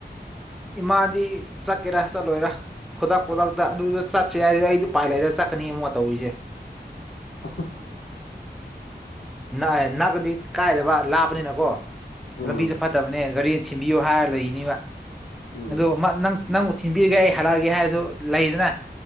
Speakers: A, in the centre; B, on the left.
A: ꯏꯃꯥꯗꯤ ꯆꯠꯀꯦꯔꯥ ꯆꯠꯂꯣꯏꯔꯥ ꯈꯨꯗꯛ ꯈꯨꯗꯛꯇ ꯑꯗꯨꯗ ꯆꯠꯁꯦ ꯍꯥꯏꯁꯤꯗꯤ ꯑꯩꯗꯤ ꯎꯄꯥꯏ ꯂꯩꯔ ꯆꯠꯀꯅꯤ ꯑꯃꯨꯛ ꯇꯧꯔꯤꯁꯦ
B: ꯑ
A: ꯅꯛꯑꯦ ꯅꯛꯑꯗꯤ ꯀꯥꯏꯗꯕ ꯂꯥꯞꯄꯅꯤꯅꯀꯣ
B: ꯎꯝ
A: ꯂꯝꯕꯤꯁꯦ ꯐꯠꯇꯕꯅꯦ ꯒꯥꯔꯤ ꯊꯤꯟꯕꯤꯌꯣ ꯍꯥꯏꯔ ꯂꯩꯅꯤꯕ
B: ꯎꯝ
A: ꯑꯗ ꯅꯪ ꯅꯪꯕꯨ ꯊꯤꯟꯕꯤꯒꯦ ꯑꯩ ꯍꯜꯂꯛꯑꯒꯦ ꯍꯥꯏꯔꯁꯨ ꯂꯩꯗꯅ